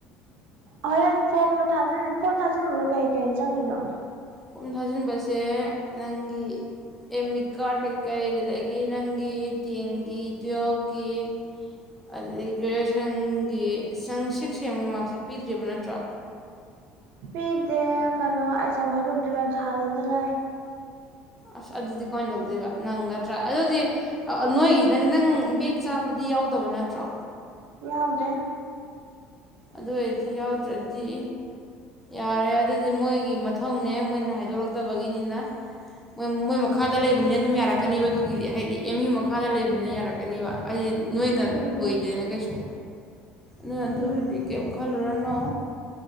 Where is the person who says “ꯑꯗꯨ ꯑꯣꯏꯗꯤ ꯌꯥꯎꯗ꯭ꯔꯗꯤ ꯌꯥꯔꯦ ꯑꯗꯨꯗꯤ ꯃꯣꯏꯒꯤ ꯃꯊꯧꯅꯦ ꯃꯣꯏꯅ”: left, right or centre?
Centre